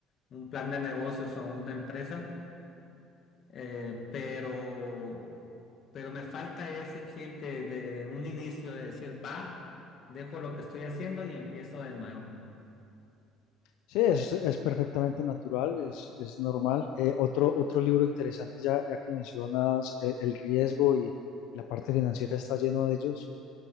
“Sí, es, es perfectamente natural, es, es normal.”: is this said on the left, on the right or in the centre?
Left